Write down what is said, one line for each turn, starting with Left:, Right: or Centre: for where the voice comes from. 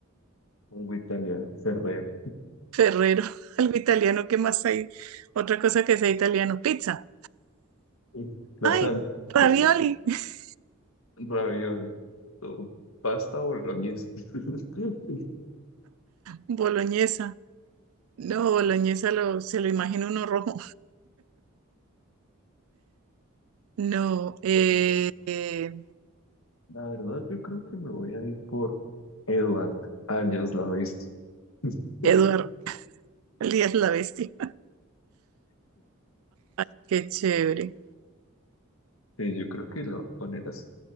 Left: Algo italiano, Ferrero.
Right: Ferrero, <laughs> algo italiano. ¿Qué más hay? Otra cosa que sea italiano. Pizza.
Left: Sí. Lasaña,
Right: ¡Ay! Ravioli.
Left: <laughs>
Right: <laughs>
Left: ravioli, todo. Pasta boloñesa. <laughs>
Right: Boloñesa. No, boloñesa lo, se lo imagina uno rojo. No, eh,
Left: Oh,
Right: eh,
Left: La verdad, yo creo que me voy a ir por Edward, alias la bestia. <laughs>
Right: Edward, Elías la Bestia. <laughs> Qué chévere.
Left: Sí, yo creo que lo voy a poner así.